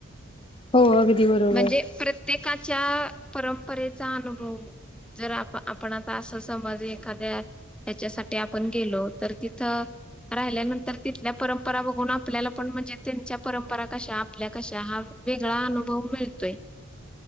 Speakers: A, on the left; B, in the centre.
A: हो अगदी बरोबर.
B: म्हणजे प्रत्येकाच्या परंपरेचा अनुभव जर आप आपण आता असं समज एखाद्या ह्याच्यासाठी आपण गेलो तर तिथ राहिल्यानंतर तिथल्या पर परंपरा बघून आपल्याला पण म्हणजे त्यांच्या परंपरा कशा आपल्या कशा हा वेगळा अनुभव मिळतोय.